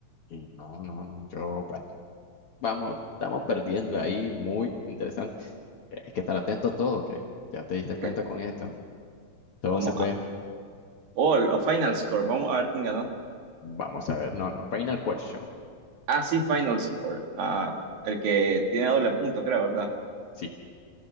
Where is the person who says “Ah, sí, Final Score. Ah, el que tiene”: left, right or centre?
Right